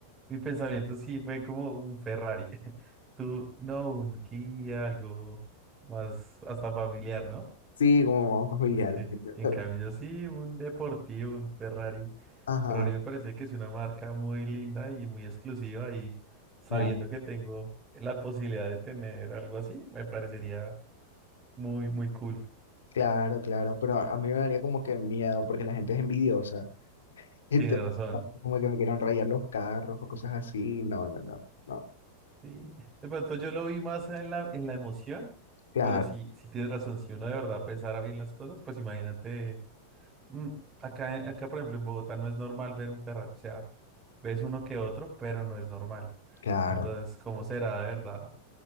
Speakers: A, on the right (about 15°); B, on the left (about 65°).
A: mi pensamiento sí fue como un Ferrari. <laughs> Tú, no, un Kia, algo más hasta familiar, ¿no?
B: sí, como vamos familiar.
A: Sí, en
B: Pero,
A: cambio yo sí, un deportivo, un Ferrari.
B: ajá,
A: Ferrari me parece que es una marca muy linda y muy exclusiva y sabiendo
B: no.
A: que tengo la posibilidad de tener algo así, me parecería muy, muy cool.
B: Claro, claro, pero a a mí me daría como que miedo porque la gente es envidiosa. <laughs> Entonces,
A: Tienes razón.
B: como que me quieran rayar los carros o cosas así. No, no, no, no.
A: Sí, de pronto yo lo vi más en la, en la emoción,
B: Claro,
A: pero sí, sí tienes razón, si uno de verdad pensara bien las cosas, pues imagínate, mm, acá, en- acá por ejemplo en Bogotá no es normal ver un Ferrari, o sea, ves uno que otro, pero no es normal.
B: claro.
A: Entonces, ¿cómo será de verdad?